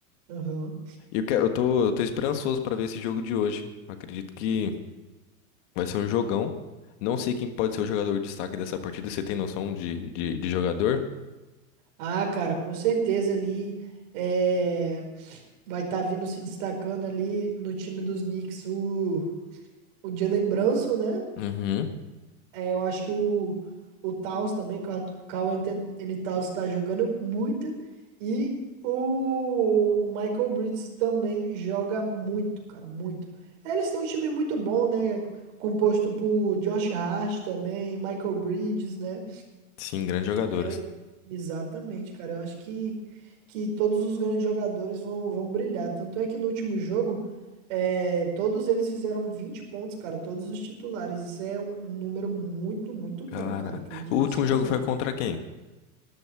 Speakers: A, on the right (about 55°); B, on the left (about 55°).
A: Aham.
B: E eu, que- eu tô, eu tô esperançoso pra ver esse jogo de hoje. Acredito que vai ser um jogão. Não sei quem pode ser o jogador destaque dessa partida. Você tem noção de, de, de jogador?
A: Ah, cara, com certeza ali é, vai estar vindo se destacando ali no time dos Knicks o o Jalen Brunson, né?
B: Uhum.
A: É, eu acho que o, o Towns também, o Ca- Carl Anthony Anthony Towns tá jogando muito. E o Michael Bridges também joga muito, cara, muito. É, Eles têm um time muito bom, né? Composto por Josh Hart também, Michael Bridges, né?
B: Sim, grandes jogadores.
A: Eu- Exatamente, cara. Eu acho que, que todos os grandes jogadores vão, vão brilhar. Tanto é que no último jogo, é, todos eles fizeram 20 pontos, cara. Todos os titulares. Isso é um, um número muito, muito bom,
B: Cara,
A: cara. Acredite
B: o último
A: se quiser.
B: jogo foi contra quem?